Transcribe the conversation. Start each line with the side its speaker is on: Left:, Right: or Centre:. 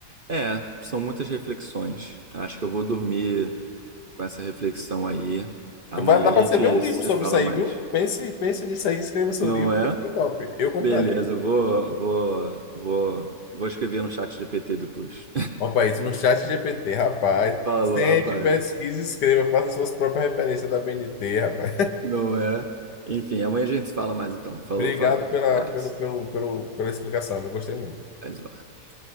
Right: É, são muitas reflexões. Acho que eu vou dormir com essa reflexão aí. Amanhã
Left: Vai dar
Right: a gente
Left: para você ver um livro
Right: se
Left: sobre
Right: fala
Left: isso aí,
Right: mais.
Left: viu? Pense, pense nisso aí, escreva seu
Right: Não
Left: livro,
Right: é?
Left: que fica top. Eu compraria.
Right: Beleza, vou, vou, vou, vou escrever no chat GPT depois.
Left: Opa, isso no chat GPT, rapaz.
Right: <laughs> Falou,
Left: Sente,
Right: rapaz.
Left: pesquise, escreva, faça suas próprias referências da BNT, rapaz.
Right: Não é? Enfim, amanhã a gente se fala mais então. Falou,
Left: Obrigado
Right: Fábio.
Left: pela,
Right: Abraço.
Left: pelo, pelo, pelo, pela explicação, eu gostei muito.
Right: Às ordens.